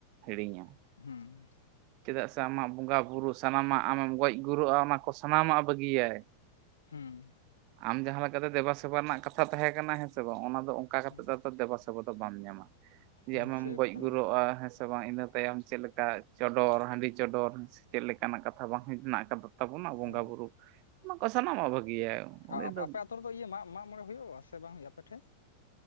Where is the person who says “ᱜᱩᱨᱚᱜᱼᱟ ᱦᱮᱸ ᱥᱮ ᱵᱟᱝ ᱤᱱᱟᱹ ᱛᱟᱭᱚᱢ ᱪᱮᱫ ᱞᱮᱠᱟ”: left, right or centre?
Right